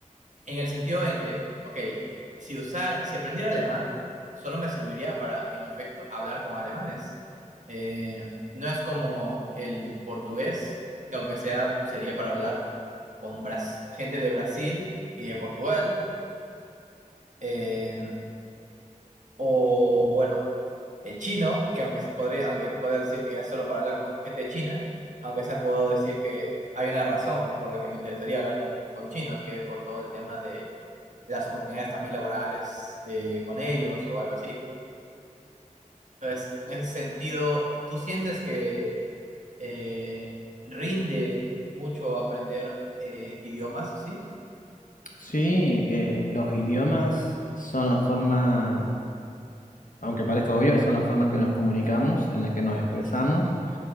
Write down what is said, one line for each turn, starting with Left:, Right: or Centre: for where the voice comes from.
Right: En el sentido en que, ok, si usar, si aprendiera alemán, solo me serviría para, en efecto, hablar con alemanes. Eh, no es como el portugués, que aunque sea, sería para hablar con Bras- gente de Brasil y de Portugal. eh, o bueno, el chino, que aunque podría, aunque pueda decir que es solo para hablar con gente de China, aunque sea puedo decir que hay una razón por la que me interesaría hablar con, con chinos, que es por todo el tema de las oportunidades también laborales eh, con ellos o algo así. Entonces, en ese sentido, ¿tú sientes que eh, rinde mucho aprender eh, idiomas, sí?
Left: Sí, eh, los idiomas son la forma, aunque parezca obvio, son la forma en que nos comunicamos, en la que nos expresamos.